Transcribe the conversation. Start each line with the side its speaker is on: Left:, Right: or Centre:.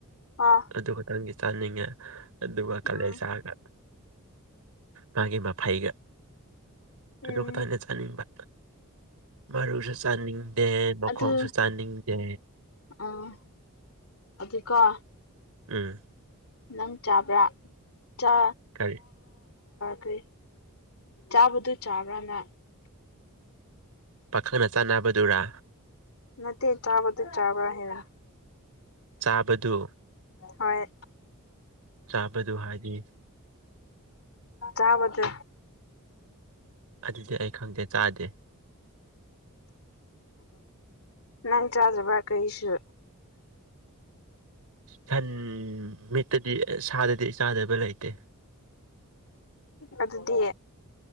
Left: ꯑꯥ
Right: ꯑꯗꯨ ꯈꯛꯇꯪꯗꯤ ꯆꯥꯅꯤꯡꯉꯦ ꯑꯗꯨꯒ ꯀꯥꯂꯦꯖꯥꯒ
Left: ꯎꯝ
Right: ꯃꯥꯒꯤ ꯃꯥꯐꯩꯒ ꯑꯗꯨ
Left: ꯎꯝ
Right: ꯈꯠꯅꯦ ꯆꯥꯅꯤꯡꯕ ꯃꯔꯨꯁꯨ ꯆꯥꯅꯤꯡꯗꯦ ꯃꯈꯣꯡꯁꯨ
Left: ꯑꯗꯨ
Right: ꯆꯥꯅꯤꯡꯗꯦ
Left: ꯎꯝ ꯑꯗꯨꯀꯣ
Right: ꯎꯝ
Left: ꯅꯪ ꯆꯥꯕ꯭ꯔꯥꯥ ꯆꯥ
Right: ꯀꯔꯤ
Left: ꯀꯩ ꯆꯥꯕꯗꯨ ꯆꯥꯕ꯭ꯔꯥ ꯅꯥ
Right: ꯄꯥꯈꯪꯅ ꯆꯥꯟꯅꯕꯗꯨꯔꯥ
Left: ꯅꯠꯇꯦ ꯆꯥꯕꯗꯨ ꯆꯥꯕ꯭ꯔꯥ ꯍꯥꯏꯕ
Right: ꯆꯥꯕꯗꯨ
Left: ꯍꯣꯏ
Right: ꯆꯥꯕꯗꯨ ꯍꯥꯏꯗꯤ
Left: ꯆꯥꯕꯗꯨ
Right: ꯑꯗꯨꯗꯤ ꯑꯩ ꯈꯪꯗꯦ ꯆꯥꯗꯦ
Left: ꯅꯪ <inaudible> ꯆꯥꯖ꯭ꯔ ꯔꯀ ꯏꯁꯨ
Right: ꯁꯟ ꯃꯤꯠꯇꯗꯤ ꯁꯥꯗꯗꯤ ꯆꯥꯗꯕ ꯂꯩꯇꯦ
Left: ꯑꯗꯨꯗꯤ